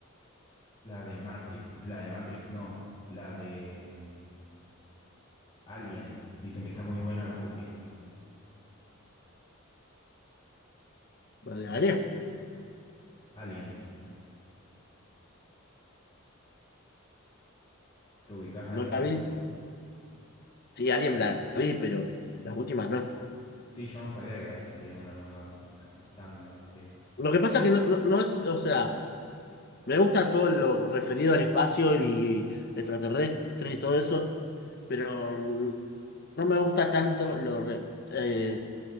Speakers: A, on the left; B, on the left.
A: la de Matrix, la de Matrix no, la de mm, Alien. Dicen que está muy buena las últimas.
B: ¿Vale?
A: Alien, ¿te ubicás
B: ¿No
A: Alien?
B: la vi? Sí, alguien la vi, pero las últimas no.
A: Sí, yo no sabía que había salido una nueva t- ca- tanda de pelis.
B: Lo que pasa que no, no, no es, o sea, me gusta todo lo referido al espacio y extraterrestres y todo eso, pero no me gusta tanto lo, re- eh,